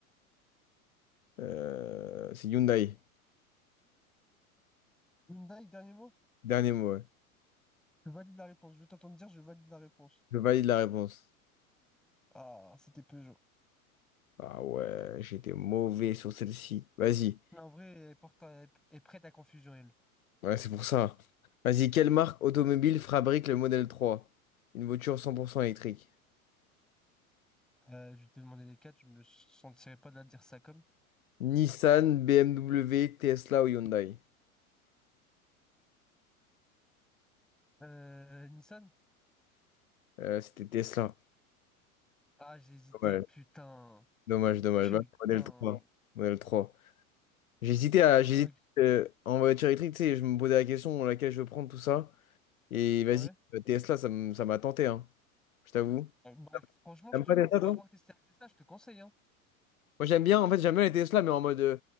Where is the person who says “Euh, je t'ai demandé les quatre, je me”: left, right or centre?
Centre